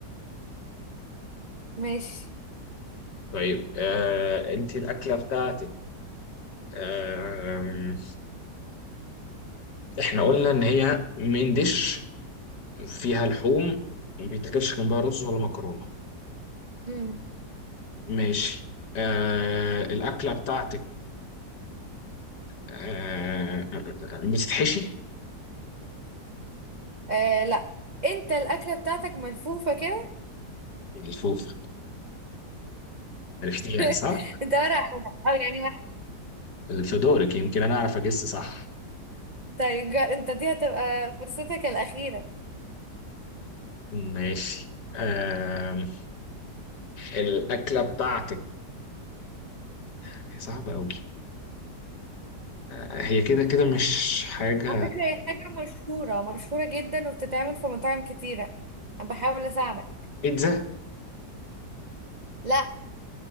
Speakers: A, on the right (about 70°); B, on the left (about 70°).
A: ماشي
B: طيب آه انت الاكله بتاعتك آه احنا قلنا ان هي من ديش فيها لحوم ما بيتاكلش جنبها رز ولا مكرونه
A: امم
B: ماشي آه الاكله بتاعتك آه آه، آه، بتتحشي
A: إيه لا انت الأكلة بتاعتك ملفوفة كده
B: الفوف عرفتيها
A: <laughs>
B: صح
A: انت ورق أو أو يعني واحد
B: اللي في دورك يمكن انا اعرف اجس صح
A: طيب جا- انت دي هتبقى فرصتك الأخيرة
B: ماشي آم، الاكله بتاعتك هي صعبه قوي هي كده كده مش حاجه
A: على فكرة هي حاجة مشهورة مشهورة جدا وبتتعمل في مطاعم كتيرة أنا بحاول أساعدك
B: بيتزا
A: لا